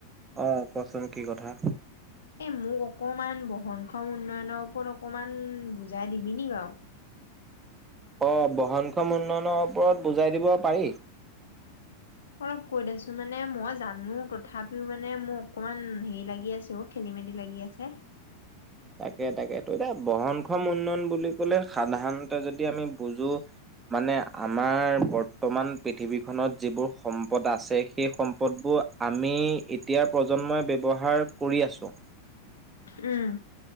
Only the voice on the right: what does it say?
অ', কোৱাচোন কি কথা?
অ', বহনখন উন্নয়নৰ ওপৰত বুজাই দিব পাৰি।
তাকে-তাকে তো', -এতিয়া বহনক্ষ উন্নয়ন বুলি ক'লে -সাধাৰণতে যদি আমি বুজো মানে আমাৰ বৰ্তমান পৃথিৱীখনত যিবোৰ সম্পদ আছে, সেই সম্পদবোৰ আমি এতিয়াৰ প্ৰজন্মই ব্যৱহাৰ কৰি আছো